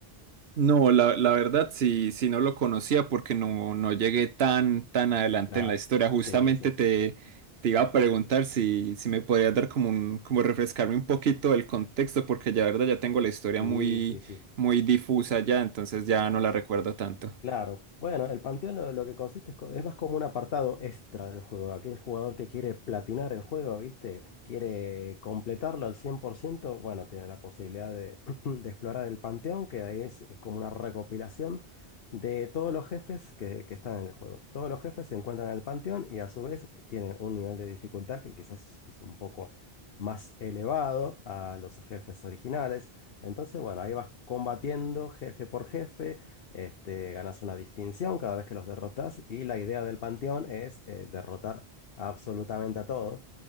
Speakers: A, on the right; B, on the left.
A: No, la, la verdad sí, sí no lo conocía porque no, no llegué tan, tan adelante
B: La...
A: en la historia. Justamente
B: Sí, sí,
A: te, te iba a preguntar si, si me podías dar como un, como refrescarme un poquito el contexto, porque ya la verdad ya tengo la historia
B: sí,
A: muy,
B: sí, sí.
A: muy difusa ya, entonces ya no la recuerdo tanto.
B: Claro, bueno, el panteón lo, lo que consiste es, co- es más como un apartado extra del juego. Aquel jugador que quiere platinar el juego, ¿viste? Quiere completarlo al 100%. bueno, tiene la posibilidad de, <clears throat> de explorar el panteón, que ahí es, es como una recopilación de todos los jefes que, que están en el juego. Todos los jefes se encuentran en el panteón y a su vez tienen un nivel de dificultad que quizás es un poco más elevado a los jefes originales. Entonces, bueno, ahí vas combatiendo jefe por jefe este, ganas una distinción cada vez que los derrotas y la idea del panteón es eh, derrotar absolutamente a todos.